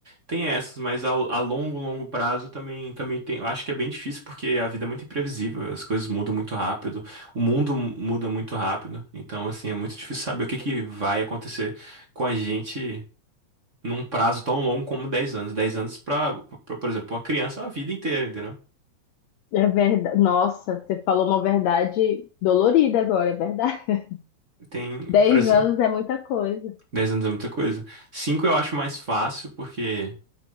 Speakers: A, on the right; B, on the left.
A: tem essas, mas ao- a, longo, longo prazo também, também tem. eu Acho que é bem difícil porque a vida é muito imprevisível, as coisas mudam muito rápido, o mundo muda muito rápido. Então, assim, é muito difícil saber o que que vai acontecer com a gente num prazo tão longo como 10 anos. dez anos pra, pra, por exemplo, uma criança é a vida inteira, entendeu?
B: É verdade. Nossa, você falou uma verdade dolorida agora, é verdade.
A: Tem,
B: <laughs> Dez
A: por exemplo,
B: anos é muita coisa.
A: 10 anos é muita coisa. Cinco eu acho mais fácil porque.